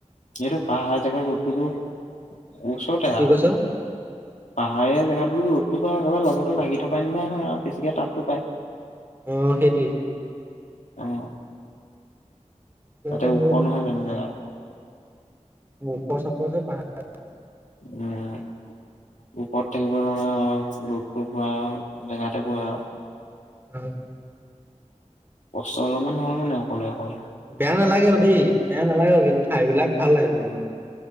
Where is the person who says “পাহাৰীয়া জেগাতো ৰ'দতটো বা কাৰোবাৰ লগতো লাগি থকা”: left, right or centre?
Left